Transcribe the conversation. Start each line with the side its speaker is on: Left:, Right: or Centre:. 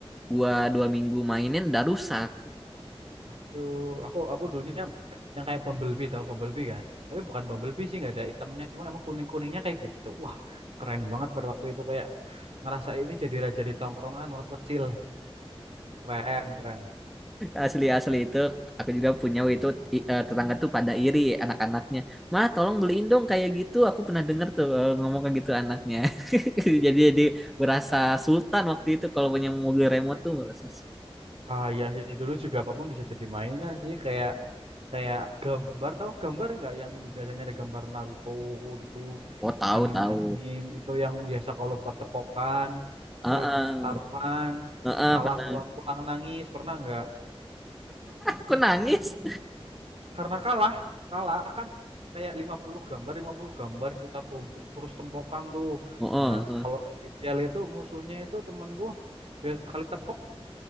Centre: gua dua minggu mainin udah rusak
Right: Waduh, aku aku dulunya yang kayak Bumblebee tau Bumblebee kan? Tapi bukan Bumblebee sih nggak ada itemnya, cuma emang kuning-kuningnya kayak gitu. Wah, keren banget pada waktu itu kayak ngerasa ini jadi raja di tongkrongan waktu kecil. Keren, keren.
Centre: asli asli itu aku juga punya itu i- eh, tetangga tuh pada iri anak-anaknya mah tolong beliin dong kayak gitu aku pernah denger tuh eh, ngomong kayak gitu anaknya <laughs> jadi jadi berasa sultan waktu itu kalau punya mobil remote tuh berasa su-
Right: Ah iya sih dulu juga apapun bisa jadi mainan sih kayak kayak gambar tau gambar nggak yang biasanya ada gambar Naruto gitu
Centre: oh tahu
Right: anime-anime
Centre: tahu
Right: itu yang biasa kalau buat tepokan
Centre: Heeh,
Right: terus taruhan
Centre: heeh,
Right: kalah
Centre: pernah.
Right: pulang-pulang nangis pernah nggak?
Centre: Aku nangis.
Right: karena kalah kalah kan kayak 50 gambar 50 gambar kita tumpuk terus tempokan tuh
Centre: Heeh,
Right: nah kalau lagi sial itu musuhnya itu temanku biasa kali tepok